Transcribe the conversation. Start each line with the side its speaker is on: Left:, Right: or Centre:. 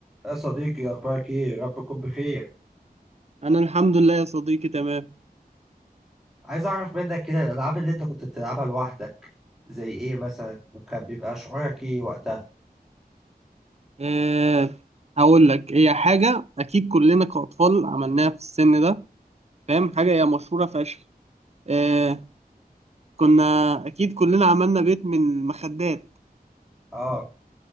Centre: يا صديقي اخبارك ايه رب تكون بخير
Right: انا الحمد لله يا صديقي تمام
Centre: عايز اعرف منك كده الالعاب اللي انت كنت بتلعبها لوحدك زي ايه مثلا وكان بيبقى شعورك ايه وقتها
Right: أه هقول لك هي حاجه اكيد كلنا كاطفال عملناها في السن ده فاهم حاجه هي مشهوره فشخ أه كنا اكيد كلنا عملنا بيت من المخدات
Centre: اه